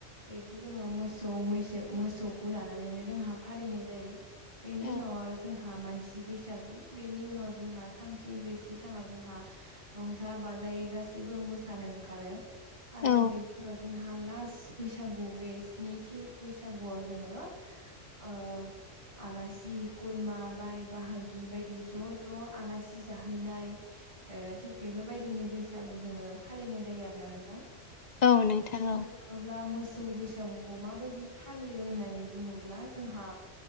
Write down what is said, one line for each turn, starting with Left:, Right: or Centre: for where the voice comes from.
Right: बेखौ जोङो मोसौ मैसो मोसौ खौ लानानैनो जोंहा फालिनाय जायो। बेनि
Left: औ
Right: उनाव आरो जोंहा मानसि बैसागु बेनि उनाव जोंहा थामथि ब्रैथि सानाव जोंहा रंजा बाजायै गासैबो मोसानो ओंखारो आरो
Left: औ
Right: बेनि उनाव जोंहा लास्ट बैसागु बे स्निथि बैसागुआव जोङो ओ आलासि खुरमा बाय बाहागि बायदि ज' ज' आलासि जाहैनाय ओ थिग बेफोरबायदिनि बैसागु जोङो फालिनाय जायो आरोना नोंथां।
Left: औ
Right: दा
Left: नोंथां
Right: बुंनो
Left: औ
Right: थाङोब्ला मोस सौ बैसागुखौ माबायदि फालियो होननानै बुङोब्ला जोंहा